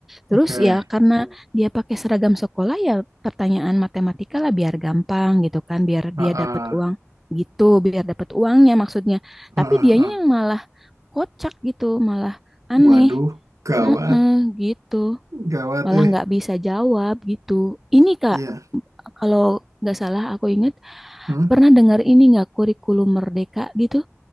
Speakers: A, on the right; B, in the centre.
A: Oke.
B: Terus ya karena dia pakai seragam sekolah ya pertanyaan matematika lah biar gampang gitu kan, biar
A: Ah,
B: dia
A: ah.
B: dapat uang gitu, biar dapat uangnya maksudnya.
A: Ah,
B: Tapi
A: ah,
B: dianya
A: ah.
B: yang malah kocak gitu, malah aneh.
A: Waduh, gawat,
B: Mm-mm, gitu
A: gawat
B: malah
A: eh.
B: nggak bisa jawab gitu. Ini Kak,
A: Iya.
B: kalau nggak salah aku ingat
A: Hmm?
B: pernah dengar ini nggak kurikulum merdeka gitu?